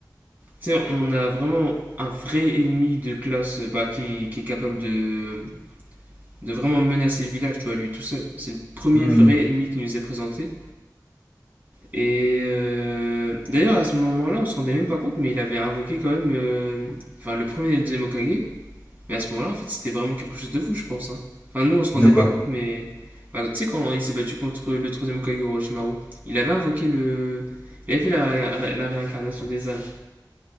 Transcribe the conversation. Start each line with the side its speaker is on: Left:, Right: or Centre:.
Right: Tu sais, on a vraiment un vrai ennemi de classe euh, bah, qui, qui est capable de, de vraiment menacer le village, tu vois, lui tout seul. C'est le premier
Left: Hmm.
Right: vrai ennemi qui nous est présenté. Et euh, d'ailleurs à ce moment-là, on se rendait même pas compte, mais il avait invoqué quand même, euh, enfin le premier et le deuxième Hokage. Mais à ce moment-là, en fait, c'était vraiment quelque chose de fou, je pense. hein. Enfin, nous, on se rendait
Left: De quoi?
Right: pas compte, mais. bah, tu sais, quand il s'est battu contre le troisième Hokage Orochimaru, il avait invoqué le. Il avait fait la, ré- la réincarnation des âmes.